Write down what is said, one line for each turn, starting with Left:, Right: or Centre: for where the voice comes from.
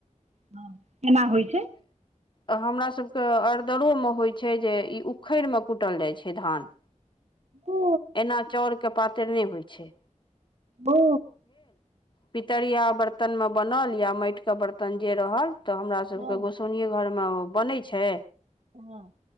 Right: हां केना होय छै।
Left: आ हमरा सबके अरदरोमे होय छै जे ई उखैड़ मे कूटल जाय छै धान।
Right: ओ
Left: एना चौड़ के पातैर नै होय छै।
Right: ओ।
Left: पितरिया बर्तनमे बनल या मेएट के बर्तन जे रहल। तऽ हमरा सबके
Right: हँ
Left: गोसौनिये घर मे बनै छै।
Right: हां।